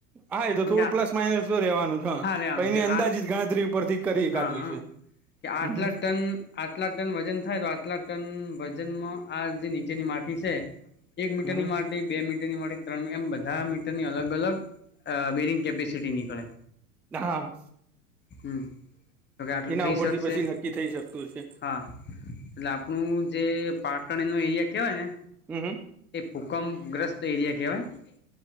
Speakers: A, in the centre; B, on the left.
A: હા એ તો
B: પણ
A: થોડું
B: કે
A: પ્લસ માઇનસ તો રેવાનું છે હા
B: રે આનું
A: પણ એની
B: કે
A: અંદાજ
B: આ
A: જ ગણતરી ઉપરથી કરી એકાતું
B: હા હા
A: છે
B: કે આઠ
A: હમ
B: લાખ ટન આઠ લાખ ટન વજન થાય તો આઠ લાખ ટન વજનમાં આ જે નીચેની માટી છે એક મીટરની
A: હમ
B: માટે બે મીટરની મળ ત્રણ મીટર એમ બધા મીટરની અલગ અલ અ બેરિંગ કેપેસિટી નીકળે
A: હા
B: હમ તો કે આટલું
A: એના
B: થઈ
A: ઉપરથી
B: શકશે
A: પછી નક્કી થઈ શકતું છે
B: હા એટલે આપણું જે પાટણ એનું એરિયા કહેવાય ને
A: હમ હમ
B: એ ભૂકંપગ્રસ્ત એરિયા કહેવાય